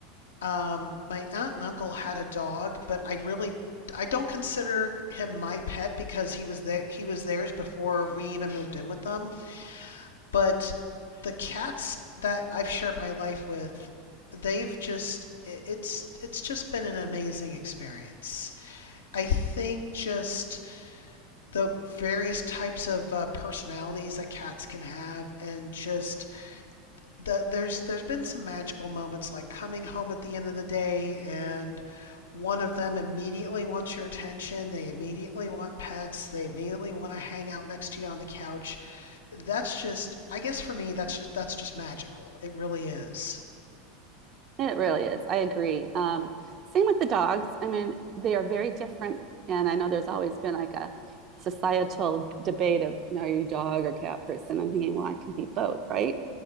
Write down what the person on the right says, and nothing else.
It really is. I agree. Um, same with the dogs. I mean, they are very different. And I know there's always been like a societal debate of, you know, are you dog or cat person? I'm thinking, well, I can be both, right?